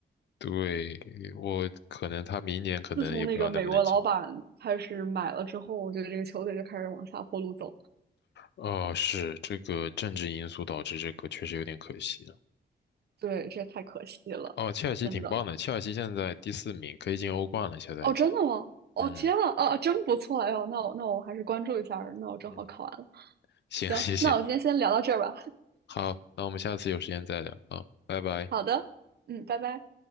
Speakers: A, on the left; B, on the right.
A: 对，我可能他明年可能也不知道能不能进。
B: 自从那个美国老板开始买了之后，我觉得这个球队就开始往下坡路走。
A: 哦，是这个政治因素导致这个，确实有点可惜了。
B: 对，这太可惜了，
A: 哦，切尔西挺棒的，
B: 真的。
A: 切尔西现在第四名，可以进欧冠了，下赛季。
B: 哦，真的吗？哦，
A: 嗯
B: 天啊，啊，哦真不错！哎呦，那我那我还是关注一下那我正好考完了。
A: 嗯，行，
B: 行，
A: <laughs> 谢谢。
B: 那我今天先聊到这儿吧。
A: 好，那我们下次有时间再聊。啊，拜拜。
B: 好的，嗯，拜拜。